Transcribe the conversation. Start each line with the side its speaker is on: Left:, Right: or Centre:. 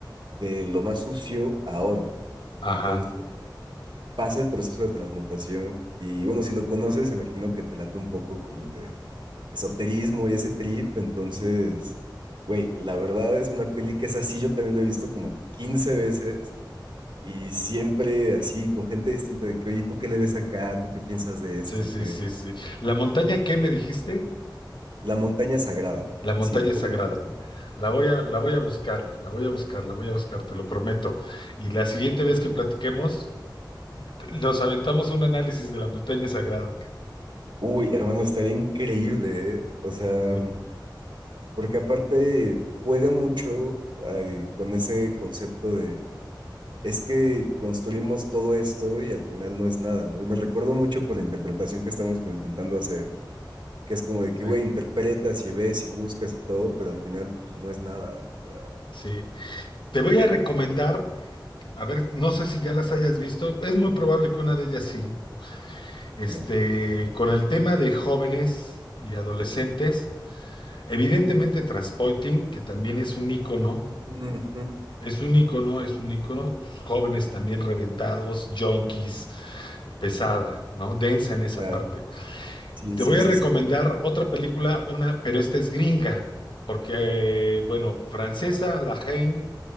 Right: de lo más sucio a oro.
Left: Ajá.
Right: Entonces pasa el proceso de transmutación y bueno, si lo conoces, imagino que te late un poco como de esoterismo y ese trip, entonces... Güey, la verdad es una peli que es así, yo también la he visto como 15 veces y siempre así, con gente distinta de que, oye, ¿tú qué le ves acá? ¿Tú qué piensas de esto?
Left: Sí, sí,
Right: Que
Left: sí, sí. ¿La montaña qué me dijiste?
Right: la montaña sagrada,
Left: La montaña
Right: así, de Holy
Left: sagrada.
Right: Mountain.
Left: La voy a, la voy a buscar, la voy a buscar, la voy a buscar, te lo prometo. Y la siguiente vez que platiquemos, Nos aventamos un análisis de la montaña sagrada. ca-
Right: Uy, hermano, estaría increíble, ¿eh? O sea,
Left: Sí,
Right: porque aparte juega mucho eh, con ese concepto de, es que construimos todo esto y al final no es nada, ¿no? Y me recuerdo mucho por la interpretación que estamos como intentando hacer, que es como de que,
Left: sí,
Right: güey, interpretas y ves y buscas y todo, pero al final, pues no es nada, o sea,
Left: sí. Te voy a recomendar, a ver, no sé si ya las hayas visto, es muy probable que una de ellas sí. Este,
Right: dígame.
Left: con el tema de jóvenes y adolescentes, evidentemente Transporting, que también es un ícono,
Right: Ujú,
Left: es un ícono, es un ícono, jóvenes también reventados, junkies, pesada, ¿no? Densa en esa
Right: Claro.
Left: parte.
Right: Sí,
Left: Te
Right: sí,
Left: voy a
Right: sí,
Left: recomendar
Right: sí.
Left: otra película, una, pero esta es gringa, porque, bueno, francesa, La Haine,